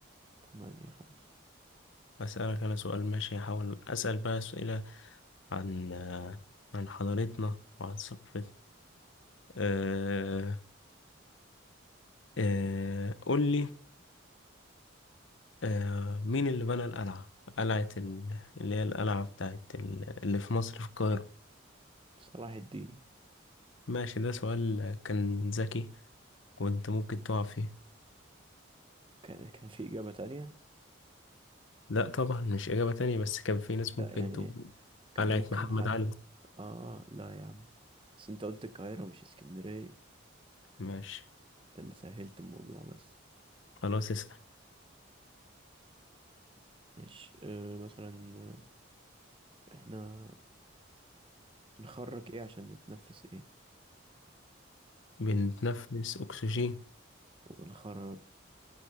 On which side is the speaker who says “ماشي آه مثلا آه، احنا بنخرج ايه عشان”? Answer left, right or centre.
Right